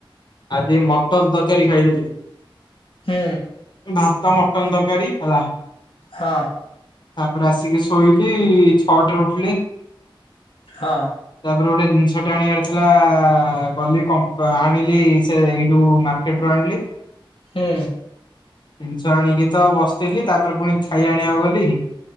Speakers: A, on the left (about 55°); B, on the left (about 85°).
A: ଆଜି ମଟନ ତରକାରୀ ଖାଇେଦଲି।
B: ହୁଁ
A: ଭାତ ମଟନ ତରକାରୀ ହେଲା।
B: ହଁ
A: ତାପରେ ଆସିକି ଶୋଇକି ଛଅଟାରେ ଉଠିଲି।
B: ହଁ
A: ତାପରେ ଗୋଟେ ଜିନିଷ ଟା ଆଣିବାର ଥିଲା ଗଲି କମ୍ପୁ ଆଣିଲି। ସେ ଏଇଠୁ ମାର୍କେଟ ରୁ ଆଣିଲି।
B: ହୁଁ
A: ଜିନିଷ ଆଣିକି ତ ବସିଥିଲି ତାପରେ ପୁଣି ଖାଇବା ଆଣିବାକୁ ଗଲି।